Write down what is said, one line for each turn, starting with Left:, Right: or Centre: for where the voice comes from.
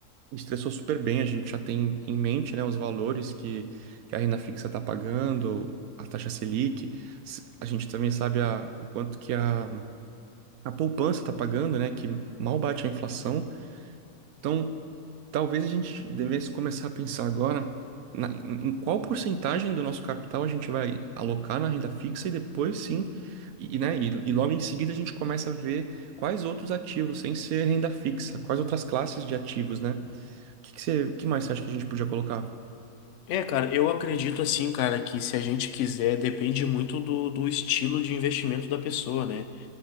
Right: estressou super bem. A gente já tem em mente, né, os valores que, que a renda fixa está pagando, a taxa Selic. S- A gente também sabe a, o quanto que a, a poupança está pagando, né? Que mal bate a inflação. Então. Talvez a gente devesse começar a pensar agora na- em qual porcentagem do nosso capital a gente vai alocar na renda fixa e depois sim, e, e, né, e, e logo em seguida a gente começa a ver quais outros ativos, sem ser renda fixa, quais outras classes de ativos, né? O que, que você- que mais você acha que a gente podia colocar?
Left: É, cara, eu acredito assim, cara, que se a gente quiser, depende muito do, do estilo de investimento da pessoa, né?